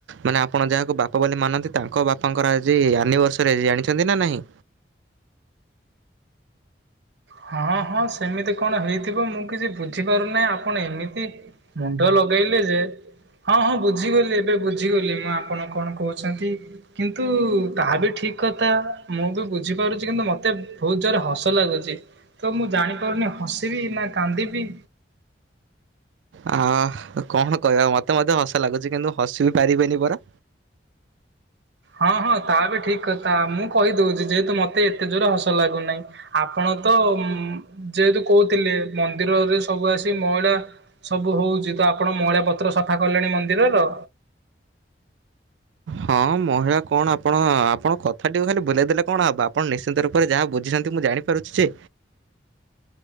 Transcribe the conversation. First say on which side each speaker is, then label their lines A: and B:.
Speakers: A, on the right (about 85°); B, on the right (about 70°).
A: ମାନେ ଆପଣ ଯାହାକୁ ବାପା ବୋଲି ମାନନ୍ତି ତାଙ୍କ ବାପାଙ୍କର ଆଜି ଆନିଭର୍ସରୀ ଆଜି ଜାଣିଛନ୍ତି ନା ନାହିଁ।
B: ହଁ ହଁ ସେମିତି କଣ ହେଇ ଥିବ ମୁଁ କିଛି ବୁଝିପାରୁନାହିଁ। ଆପଣ ଏମିତି ମୁଣ୍ଡ ଲଗେଇଲେ ଯେ ହଁ ହଁ ବୁଝିଗଲି ଏବେ ବୁଝିଗଲି ମୁଁ ଆପଣ କଣ କହୁଛନ୍ତି। କିନ୍ତୁ ତାହା ବି ଠିକ କଥା ମୁଁ ବି ବୁଝିପାରୁଛି କିନ୍ତୁ ମତେ ବହୁତ ଜୋର୍ ରେ ହସ ଲାଗୁଛି। ତ ମୁଁ ଜାଣିପାରୁନି ହସିବି ନା କାନ୍ଦିବି।
A: ଆ କଣ କହିବା ମତେ ମତେ ହସ ଲାଗୁଛି କିନ୍ତୁ ହସ ବି ପାରିବେନି ପରା
B: ହଁ ହଁ ତା ବି ଠିକ କଥା ମୁଁ କହିଦଉଛି। ଯେହେତୁ ମତେ ଏତେ ଜୋର ହସ ଲାଗୁନାହିଁ। ଆପଣ ତ ଉ ଯେହେତୁ କହୁଥିଲେ। ମନ୍ଦିରରେ ସବୁ ଆସି ମଇଳା ସବୁ ହଉଛି ତ ଆପଣ ମଇଳା ପତ୍ର ସଫା କଲେଣି ମନ୍ଦିରର।
A: ହଁ ମହିଳା କଣ ଆପଣ ଆପଣ କଥାଟିକୁ ଖାଲି ବୁଲେଇ ଦେଲେ କଣ ହବ। ଆପଣ ନିଶ୍ଚିନ୍ତ ରୂପରେ ଯାହା ବୁଝିଛନ୍ତି ମୁଁ ଜାଣି ପାରୁଛି ଯେ।